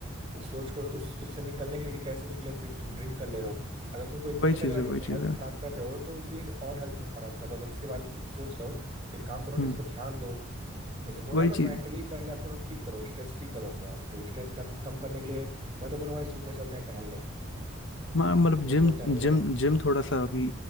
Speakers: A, on the right (about 25°); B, on the left (about 65°).
A: उस सोच को उस उससे निकलने के लिए कि कैसे निकले फिर तुम ड्रिंक कर ले रहे हो अगर तुमको इतना
B: वही
A: ही
B: चीज
A: लग रहा है
B: है
A: कि
B: वही
A: अपनी
B: चीज
A: हेल्थ
B: है
A: खराब कर रहे हो तो फिर और हेल्थ क्यों खराब कर रहे हो अगर इसके बारे में तुम सोच रहे हो तो एक काम करो ना
B: हम्म
A: इस पर ध्यान दो जैसे बोल
B: वही
A: रहा हूँ
B: चीज
A: ना मेंटली पहले आपको ना ठीक करो स्ट्रेस फ्री करो अपने आप को स्ट्रेस कम करने के लिए मैं तो बोलूँ भाई सुबह चलते हैं टहलने
B: मा- मतलब
A: सुबह
B: जिम
A: चलो टहलने
B: जिम जिम थोड़ा सा अभी